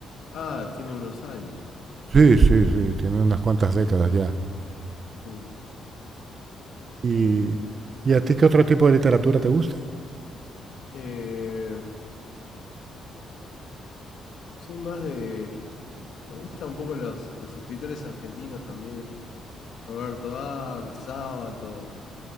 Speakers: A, on the left; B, on the right.
A: Ah, tiene unos años.
B: Sí, sí, sí, tiene unas cuantas décadas ya.
A: Mm.
B: ¿Y, ¿y a ti qué otro tipo de literatura te gusta?
A: Eh, soy más de... Me gustan un poco los, los escritores argentinos también. Roberto Art, Sábato,